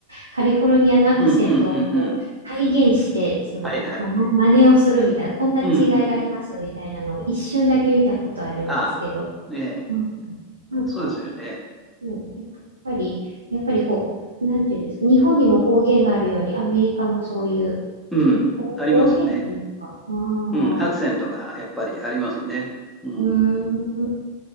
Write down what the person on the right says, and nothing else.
カリフォルニアのアクセントをこう体現して、
その、
ま、ま真似をするみたいな、こんな違いがありますみたいなのを一瞬だけ見たことあるんですけど、
うんなんか
うん、やっぱり、やっぱりこう、なんていうんですか、日本にも方言があるように、アメリカもそういう、
ちょ、方方言っていうか、
ああ、
うーん、